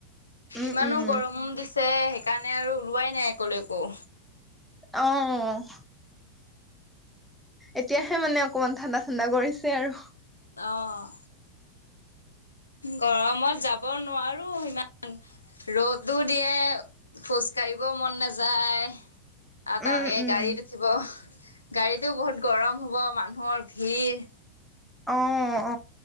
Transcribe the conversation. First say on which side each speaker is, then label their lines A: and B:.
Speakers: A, in the centre; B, on the left (about 80°).
A: উম
B: ইমানো
A: উম।
B: গৰম দিছে সেইকাৰণে আৰু ওলোৱাই নাই কলৈকো
A: অহ এতিয়াহে মানে অকমান ঠাণ্ডা ঠাণ্ডা কৰিছে আৰু
B: অ গৰমত যাব নোৱাৰো ইমান ৰ'দো দিয়ে খোজ কাঢ়িব মন নাযায় আৰু
A: উম
B: তাৰলৈকে
A: উম
B: গাড়ীত উঠিব গাড়ীটোও বহুত গৰম হ'ব মানুহৰ ভিৰ
A: অ অ